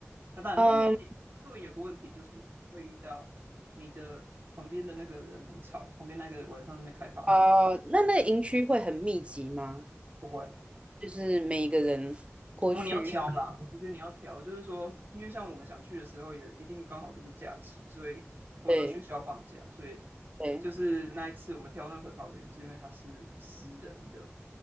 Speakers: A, on the right; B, on the right.
A: 那当然，
B: 嗯
A: 露营也露营有个问题，就是你会遇到你的旁边的那个人很吵，旁边那个晚上在那边开 party，
B: 哦，那那个营区会很密集吗？
A: 不会。
B: 就是每一个人过去，
A: 哦，你要挑啦，我觉得你要挑，就是说，因为像我们想去的时候，也一定刚好都是假期，所以或者说学校放假，
B: 对
A: 所以
B: 对
A: 就是那一次我们挑那个桃园，是因为它是私人的，